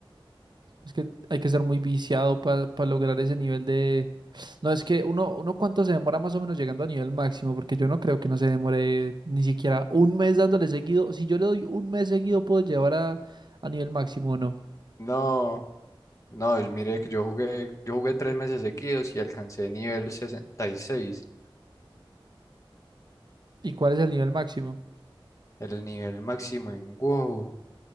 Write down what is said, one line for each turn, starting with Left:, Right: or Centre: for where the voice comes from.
Right: Es que hay que ser muy viciado para lograr ese nivel de... No, es que uno, uno cuánto se demora más o menos llegando a nivel máximo, porque yo no creo que no se demore ni siquiera un mes dándole seguido. Si yo le doy un mes seguido, puedo llevar a, a nivel máximo o no.
Left: No, no, mire que yo jugué, yo jugué tres meses seguidos y alcancé nivel 66,
Right: ¿Y cuál es el nivel máximo?
Left: el nivel máximo en WoW.